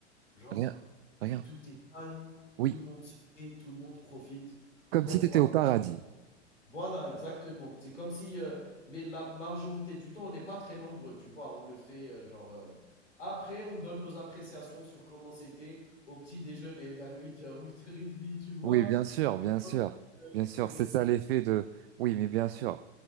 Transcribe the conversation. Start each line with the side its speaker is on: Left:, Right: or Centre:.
Left: Genre,
Right: Rien, rien.
Left: tout est calme,
Right: Oui.
Left: tout le monde se fait, tout le monde profite.
Right: Comme
Left: Bon,
Right: si tu
Left: quoi.
Right: étais au paradis.
Left: Voilà, exactement. C'est comme si, euh, mais la majorité du temps, on n'est pas très nombreux, tu vois. On le fait, euh, genre. euh, Après, on donne nos appréciations sur comment c'était au petit déjeuner vers 8h, 8h30, tu vois.
Right: Oui, bien sûr, bien sûr.
Left: Donc, euh,
Right: Bien
Left: c'est.
Right: sûr, c'est ça l'effet de. Oui, mais bien sûr.